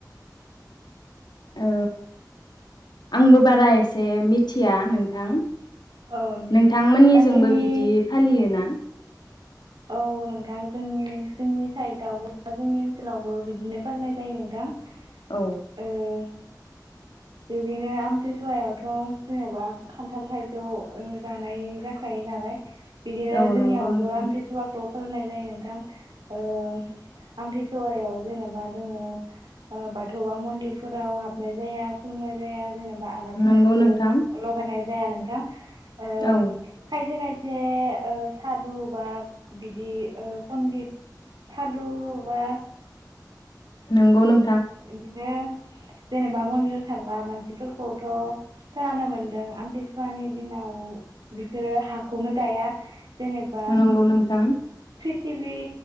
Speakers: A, on the left; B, on the right.
A: ओ आंबो बारा एसे मिथिया नोंथां नोंथांमोननिजोंबो
B: औ नोंथां जाखिनि
A: बिदि फालियो ना
B: औ नोंथां जोंनि जोंनि साइदावबो जोंनि ओनसोलावबो बिदिनो फालिनाय जायो नोंथां
A: औ
B: ओ बिदिनो आमथिसुवायावथ जेनेबा खान्थाल थाइजौ जानाय जाखायो नालाय बिदिनो
A: औ
B: जोंनियावबो
A: नंगौ नोंथां
B: आमथि खौ फालिनाय जायो नोंथां ओ आमथिसुवायाव जेनेबा जोङो बाथौ बा मन्दिरफोराव हाबनाय जाया खुलुमनाय जाया जेनेबा आलारि
A: नंगौ
B: बाथिबो
A: नोंथां
B: लगायनाय जाया नोंथां ओ
A: औ
B: खायसे खायस जे सादु बा बिदि पनदिथ सादु बा
A: नोंगौ नों
B: इदिनो जेनेबा मन्दिराव थाग्रा मानसिफोरखौथ' खोनानो मोनदों आमथिसुवानि दिनाव बिसोरो हाखौनो गाया जेनेबा
A: नंगौ नोंथां
B: टिभि